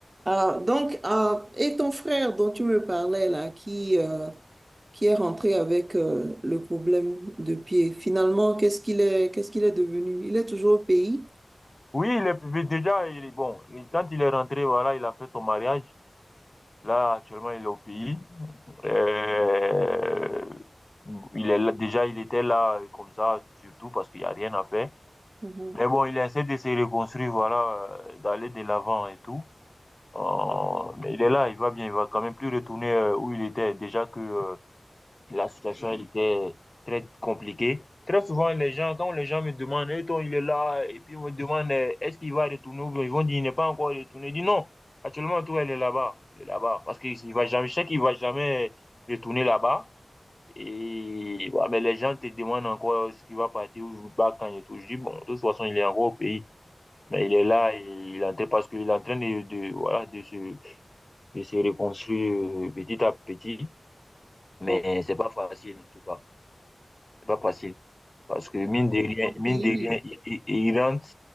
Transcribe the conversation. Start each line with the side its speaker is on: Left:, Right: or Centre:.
Right: Alors, donc, euh, et ton frère dont tu me parlais là, qui, euh, qui est rentré avec euh, le problème de pied, finalement, qu'est-ce qu'il est, qu'est-ce qu'il est devenu? Il est toujours au pays?
Left: Oui, il est, mais déjà, il est bon. il- Quand il est rentré, voilà, il a fait son mariage. Là, actuellement, il est au pays. Euh, il est là- déjà, il était là comme ça, surtout parce qu'il n'y a rien à faire.
Right: Mhm.
Left: Mais bon, il essaie de se reconstruire, voilà, euh, d'aller de l'avant et tout. Euh, mais il est là, il va bien, il va quand même plus retourner euh, où il était. Déjà que euh, la situation, elle était très compliquée. Très souvent, les gens, quand les gens me demandent, Eh, toi, il est là, et puis on me demandent Eh, est-ce qu'il va retourner ou bien ils vont dire, il n'est pas encore retourné. Je dis non, actuellement, toi, il est là-bas. Il est là-bas. Parce qu'il il va jamais, je sais qu'il va jamais retourner là-bas. Et ouais, mais les gens te demandent encore ce qu'il va partir ou pas quand et tout. Je dis, bon, de toute façon, il est encore au pays. Mais il est là, et il est en train- parce qu'il est en train de, de, voilà, de se, de se reconstruire euh, petit à petit. Mais
Right: Au
Left: c'est pas facile, en tout cas. C'est pas facile. Parce que mine de rien, mine
Right: pays.
Left: de rien, il, il- il rentre